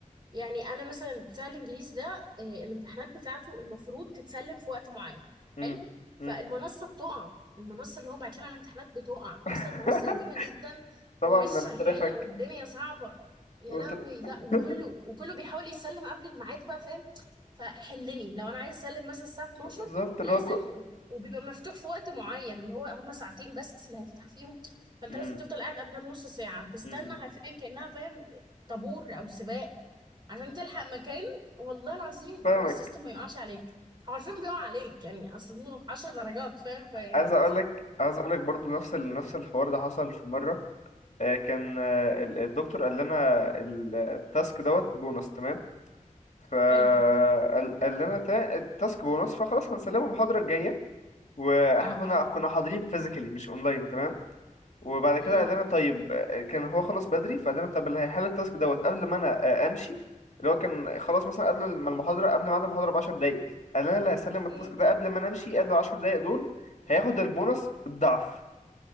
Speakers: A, on the right; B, on the left.
A: يعني انا مثلا بتاع الانجليزي ده آه، الامتحانات بتاعته المفروض تتسلم في وقت معين
B: مم.
A: حلو فالمنصه
B: مم.
A: بتقع المنصه اللي هو بعت لنا على الامتحانات بتقع اصلا
B: <laughs>
A: المنصه قديمه جدا
B: طبعا
A: ومش
B: من
A: شغاله
B: الترافيك
A: والدنيا صعبه يا
B: وتر...
A: لهوي لا وكله
B: <laughs>
A: وكله بيحاول يسلم قبل الميعاد بقى فاهم فحلني لو انا عايزه اسلم مثلا الساعه 12
B: بالظبط اللي
A: لازم
B: هو كو...
A: و- وبيبقى مفتوح في وقت معين اللي هو هم ساعتين بس اللي هيفتح فيهم فانت
B: مم.
A: لازم تفضل قاعد قبلها بنص ساعه تستنى
B: مم.
A: حرفيا
B: مم.
A: كانها فاهم طابور او سباق عشان تلحق مكان والله العظيم
B: فاهمك
A: والسيستم ما يقعش عليك هو عارفين بيقع عليك يعني اصل إنه 10 درجات فاهم فيعني
B: عايز اقول لك عايز اقول لك برضو نفس ال... نفس الحوار ده حصل في مره آه، كان آه، ال- الدكتور قال لنا ال- التاسك دوت بونص تمام فقال
A: حلو
B: قال لنا تا- التاسك بونص فخلاص هنسلمه المحاضرة الجاية واحنا
A: اه
B: كنا
A: اه اه
B: كنا حاضرين فيزيكالي مش اونلاين تمام وبعد كده
A: امم
B: قال لنا طيب آه، كان هو خلاص بدري فقال لنا طب اللي هيحل التاسك دوت قبل ما انا آه، امشي اللي هو كان خلاص مثلا قبل ما المحاضرة قبل ميعاد المحاضرة ب 10 دقايق قال لنا اللي هيسلم التاسك
A: أمم.
B: ده قبل ما انا امشي قبل 10 دقايق دول هياخد البونص الضعف